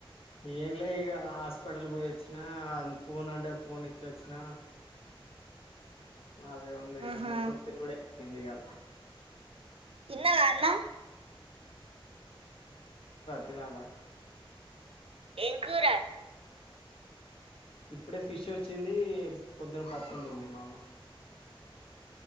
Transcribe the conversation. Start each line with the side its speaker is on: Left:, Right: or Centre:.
Left: ఏంలే ఇక హాస్పిటల్ పోయొచ్చిన అ ఫోన్ అంటే ఫోన్ ఇచ్చొచ్చిన అది ఉంది ఇగ
Right: ఆహా
Left: మొత్తం తిరుగుడే అయిపోయింది ఇవాళ
Right: తిన్నరన్నా
Left: తినాల
Right: ఏం కూరా
Left: ఇప్పుడే ఫిష్ వచ్చింది పొద్దున పప్పు వండింది మా అమ్మ